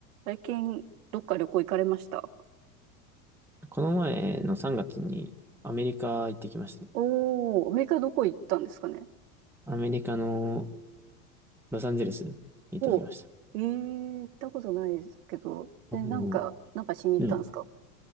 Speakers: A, on the right; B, in the centre.
A: 最近、どっか旅行行かれました
B: この前の3月にアメリカ行ってきました。
A: おー、アメリカどこ行ったんですかね
B: アメリカのロサンゼルス行ってきました。
A: おー、えー、行ったことないですけど、
B: あの、
A: え、なんか、なんかしに行ったんですか
B: うん。